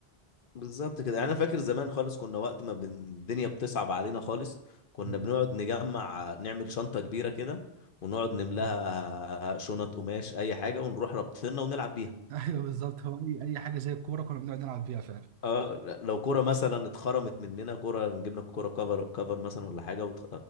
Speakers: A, on the left; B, on the right.
A: بالظبط كده يعني أنا فاكر زمان خالص كنا وقت ما بن... الدنيا بتصعب علينا خالص كنا
B: مم.
A: بنقعد نجمع نعمل شنطة كبيرة كده ونقعد نملاها
B: بالظبط.
A: شنط قماش أي حاجة ونروح رابطينها ونلعب بيها
B: <laughs> ايوه بالظبط هو اي اي حاجه زي الكوره كنا بنقعد نلعب فيها فعلا
A: اه ل- لو كرة مثلا اتخرمت مننا كرة نجيب لك كرة كفر كفر مثلا ولا حاجة واتخ...